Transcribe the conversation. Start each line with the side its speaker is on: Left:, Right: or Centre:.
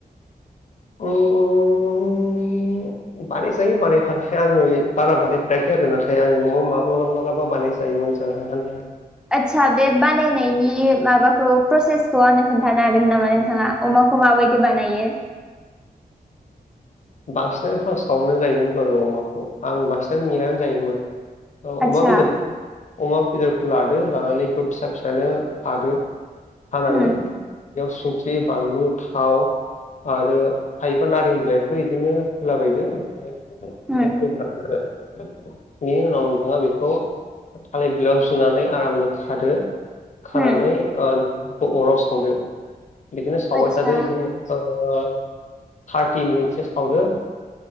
Left: अ-अ बानायजायो बानायफाय आङो बारा बानायफेराखै आरो नाथाय आङो न'आव माबा माबलाबा बानायजायोमोन। <unintelligible> <inaudible>
Centre: आतसा बेबा बानायनायनि माबाखौ प्रसेसखौ आंनो खोन्थानो हागोन नामा नोंथाङा अमाखौ माबायदि बानायो?
Left: बांसिनानो फार्स सावनानै जायोमोन बार अमाखौ आं बांसिनानो मेनानै जायोमोन। अमा
Centre: आदसा
Left: बेदरखौ अमा बेदरखौ लादो लानानै बेखौ फिसा फिसानो हादो हानानै
Centre: उम
Left: बेयाव संख्रि बानलु थाव आरो हायोबा नारें बिलाइ हो इदिनो होलाबायदो <unintelligible>
Centre: उम
Left: बेनि उनाव नोंथाङा बेखौ थालिर बिलायाव जुनानै आरामनो खादो खानानै
Centre: उम
Left: ओ नाखौ अराव सावदो बिदिनो सावबाय
Centre: आदसा
Left: थादो बिदिनो ओ थार्टि मिनिटसो सावदो